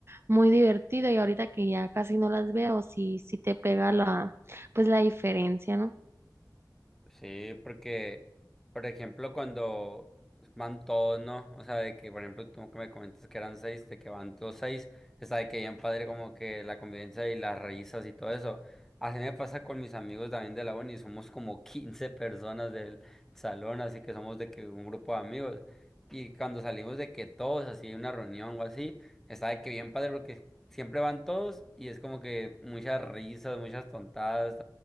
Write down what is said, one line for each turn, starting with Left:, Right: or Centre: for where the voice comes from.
Right: muy divertido y ahorita que ya casi no las veo, sí, sí te pega la, pues la diferencia, ¿no?
Centre: Sí, porque, por ejemplo, cuando van todos, ¿no? O sea, de que, por ejemplo, tú que me comentas que eran seis, de que van todos seis, está de que bien padre como que la convivencia y las risas y todo eso. Así me pasa con mis amigos también de la uni, somos como <laughs> 15 personas del salón, así que somos de que un grupo de amigos. Y cuando salimos de que todos, así, una reunión o así, está de que bien padre porque siempre van todos y es como que muchas risas, muchas tontadas,